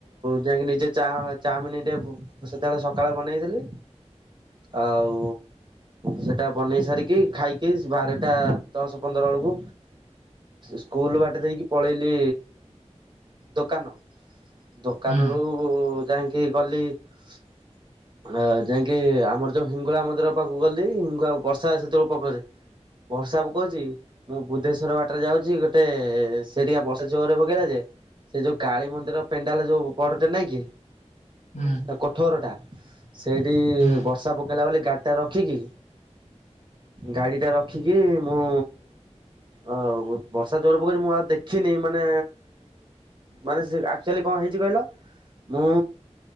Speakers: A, on the right; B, on the left.
A: ଯାଇକି ନିଜେ ଚା ଚାମିନିରେ ସେତେବେଳେ ସକାଳେ ବନେଇଥିଲି। ଆଉ ସେଟା ବନେଇ ସାରିକି ଖାଇକି ବାରଟା ଦଶ ପନ୍ଦର ବେଳକୁ ସ୍କୁଲ ବାଟ ଦେଇକି ପଳେଇଲି ଦୋକାନ ଦୋକାନରୁ
B: ହୁଁ
A: ଯାଇକି ଗଲି <unintelligible> ଆ ଯାଇକି ଆମର ଯୋଉ ହିଙ୍ଗୁଳା ମନ୍ଦିର ପାଖକୁ ଗଲି ହିଙ୍ଗୁଳା ବର୍ଷା ସେତେବେଳକୁ ପକଉ ଥାଏ। ବର୍ଷା କହୁଛି ମୁଁ ବୁଦ୍ଧେଶ୍ଵର ବାଟରେ ଯାଉଛି ଗୋଟେ ସେଠିକା ବର୍ଷା ଜୋରେ ପ ଯେ ସେ ଯୋଉ କାଳୀ ମନ୍ଦିର ପେଣ୍ଡାଲ ଯୋଉ ବଡଟେ ନାଇଁ କି
B: ହୁଁ
A: ତା ଠୋରଟା ସେଇଠି
B: ହୁଁ
A: ବର୍ଷା ପକେଇଲା ବୋଲି ଗାଡ଼ିଟା ରଖିକି ଗାଡିଟା ରଖିକି ମୁଁ ହଉ ବର୍ଷା ଜୋର ପକଉଛି ମୁଁ ଆଉ ଦେଖିନି ମାନେ ମାନେ ସେ ଏକ୍ଚୁଲି କଣ ହେଇଛି କହିଲ। ମୁଁ